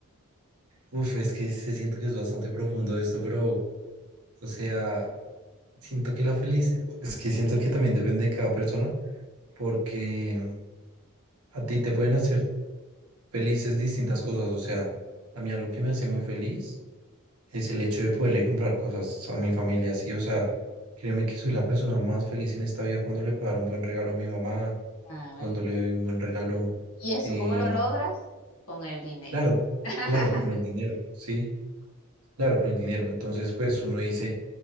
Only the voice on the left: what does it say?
ay,
¿Y eso
cómo lo logras? Con el dinero.
<laughs>